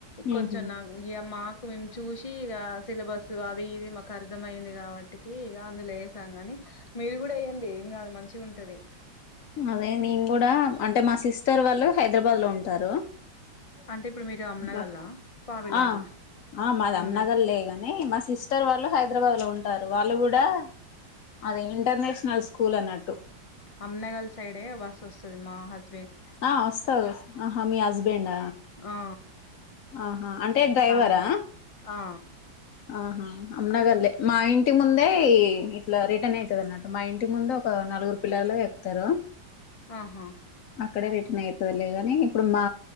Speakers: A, on the left (about 35°); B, on the left (about 60°).
A: కొంచం
B: ఉహు
A: నా ఇ మాకు మేము చూసి ఇక సేలబస్ అది ఇది మాకు అర్థంమయింది కాబట్టికి ఇక అందులో వసాం కాని మీరు కూడా వేయండి ఏం కాదు మంచి మంచి ఉంటది
B: అదే నేను కూడా అంటే మా సిస్టర్ వాళ్ళు హైదరాబాద్ లో ఉంటారు
A: అంటే ఇప్పుడు మీరు అమ్నగల్లా
B: బ
A: పావిలా
B: ఆ
A: అన్న
B: ఆ మాది అన్నగారు
A: అమ్నగల్
B: లే గాని మా సిస్టర్ వాళ్ళు హైదరాబాద్ లో ఉంటారు వాళ్ళు కూడా అది ఇంటర్నేషనల్ స్కూల్ అన్నట్టు
A: అమ్న్నగలి సైడే బస్ వస్తది మా హస్బ
B: ఆ వస్తాది ఆహా మీ హస్బెండ్
A: ఆ
B: ఆహా అంటే డ్రైవరా
A: అమ్ ఆ
B: ఆహా అమ్నాగల్లే మా ఇంటి ముందే ఇట్లా రిటర్న్ అవుతుది అన్నట్టు మా ఇంటికి ముందు ఒక నలుగురు పిల్లలు ఎకుతారు
A: ఆహా
B: అక్కడే రిటర్న్ అవుతుది లేగాని ఇప్పుడు మా